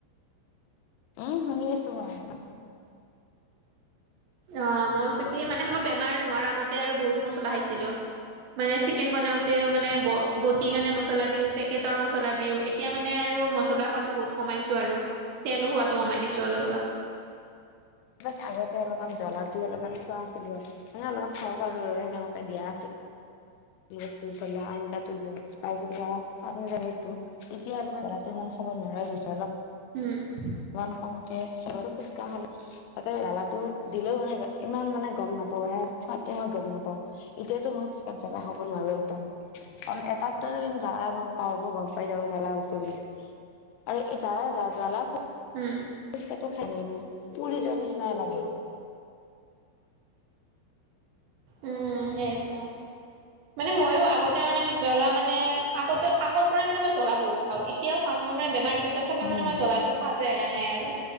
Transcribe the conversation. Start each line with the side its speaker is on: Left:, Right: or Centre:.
Left: উম শুনি আছো মই।
Right: অ মই কৈছো কি মানে মোৰ বেমাৰ নোহোৱাৰ আগতে আৰু বহুত মচলা খাইছিলো। মানে চিকেন বনাওতে মানে ব বতি কেনি মচলা দিওঁ, পে- কেটৰ মছলা দিওঁ। এতিয়া মানে আৰু মছলা হোৱাটো বহুত কমাইছো আৰু তেলো হোৱাতো কমাই দিছো অলপ অলপ।
Left: বাছ আগতে অলপমান জ্বলাতো অলপমান খোৱা আছিলো আ মানে অলপমান খাব পাৰো <unintelligible> সেনেনকে দিয়া আছি টি বস্তু ইফালে আঞ্জাটো দিয়া তাৰপাছত কিবা পানি জানিটো এতিয়া অলপমান জনাটো ইমান খাব নোৱাৰা হৈ গৈছো অলপ
Right: উম।
Left: ইমান কম কে <unintelligible> জালাটো দিলেও মানে ইমান মানে গম নাপাও মানে সোৱাদ টেঙাও গম নাপাওঁ। এতিয়াতো মই পেট জ্বলা খাব নোৱাৰো একদম। অন এটাত <unintelligible> পাৰব গম পাইব জ্বালা হৈছে বুলি আৰু এ জলা যা জলাত
Right: উম।
Left: পুচকাটো খায় নিন পুৰি যোৱা নিচিনা লাগে।
Right: উম সেটো। মানে ময়ো আগতে মানে জ্বলা মানে আগতে আগৰ পৰাই মানে মই জ্বলা বহুত খাওঁ এতিয়াও খাওঁ মোৰ মানে বেমাৰ <unintelligible> তথাপি
Left: উম
Right: মানে মই জ্বলাটো খাওঁতে এৰা নাই আৰু